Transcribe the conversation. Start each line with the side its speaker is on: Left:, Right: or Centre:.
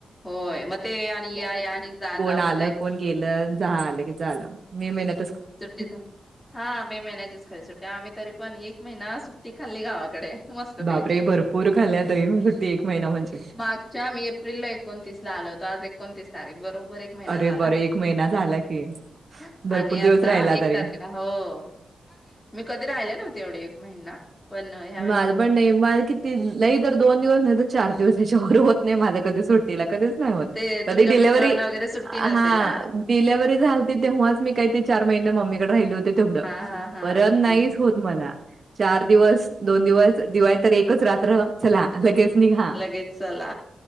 Left: होय म ते आणि या, या आणि जा, जा होतय
Right: आलं कोण गेलं झालं की झालं म मे महिन्या
Left: सुट्टी थांब हा मे महिन्याचीच खरी सुट्टी आम्ही तरी पण एक महिना सुट्टी खाल्ली गावाकडे. मस्तपैकी
Right: बापरे भरपूर खाल्ल्या तरी पण सुट्टी एक महिना म्हणजे
Left: माागच्या मे एप्रिलला एकोणतीसला आल होत आज एकोणतीस तारीख बर बरोबर एक महिना
Right: अरे
Left: झाला
Right: बरं एक महिना झाला की
Left: अ
Right: भरपूर
Left: आणि
Right: दिवस
Left: आता
Right: राहिला
Left: एक
Right: तरी
Left: तारखेला हो मी कधी राहिले नव्हते एवढी महिना पण ह्या वेळेला
Right: माझं
Left: आमची
Right: पण नाही माझं किती लई तर दोन दिवस नाही तर चार दिवस तेच्यावर होत नाही माझं कधी सुट्टीला खरंच नाही होत
Left: ते
Right: कधी
Left: तुमच्या
Right: डिलेव्हरी
Left: मिस्टरांना वगैरे सुट्टी
Right: हा
Left: नसेल ना
Right: डिलेव्हरी झालती तेव्हाच मी काही ते चार महिने मम्मीकडे राहिले होते तेवढं
Left: हा हा हा
Right: परत नाहीच होत मला चार दिवस दोन दिवस दिवाळी तर एकच रात्र चला लगेच निघा
Left: लगेच चला